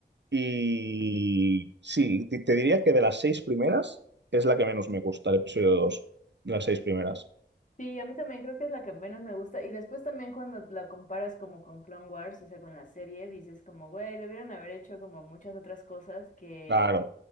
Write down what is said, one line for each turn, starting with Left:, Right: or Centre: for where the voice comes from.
Right: Y sí, te te diría que de las seis primeras es la que menos me gusta, el episodio dos De las seis primeras.
Left: Sí, a mí también creo que es la que menos me gusta. Y después también cuando la comparas como con Clone Wars, o sea, con la serie, dices como, güey, debieron haber hecho como muchas otras cosas que,
Right: Claro,